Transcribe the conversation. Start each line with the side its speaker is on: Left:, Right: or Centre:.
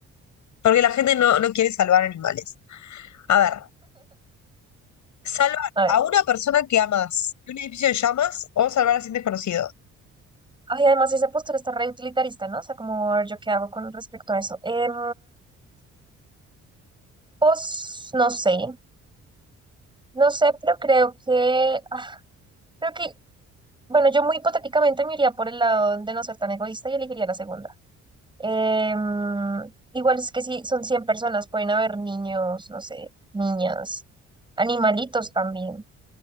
Left: Porque la gente no, no quiere salvar animales. A ver, salvar
Right: A ver.
Left: a una persona que amas de un edificio en llamas o salvar a 100 desconocidos.
Right: Ay, además esa postura está re utilitarista, ¿no? O sea, como a ver, yo qué hago con respecto a eso. Em, pues no sé, no sé, pero creo que, ah, creo que, bueno, yo muy hipotéticamente me iría por el lado de no ser tan egoísta y elegiría la segunda. Em, igual es que si son 100 personas, pueden haber niños, no sé, niñas, animalitos también.